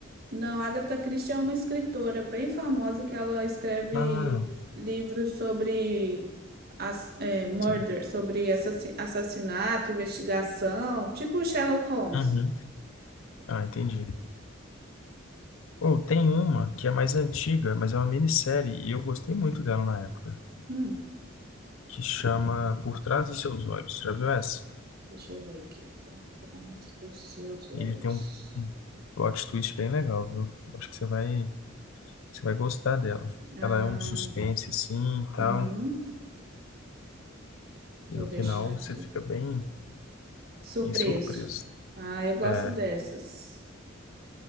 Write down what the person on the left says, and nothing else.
Ah,
sim.
Uhum. Ah, entendi. Ou tem uma que é mais antiga, mas é uma minissérie e eu gostei muito dela na época,
que chama Por Trás dos Seus Olhos. Já viu essa?
Ele tem um, um plot twist bem legal, viu? Acho que você vai, você vai gostar dela.
Ela é um suspense assim e tal,
e
no
final
você fica bem,
bem surpreso.
É,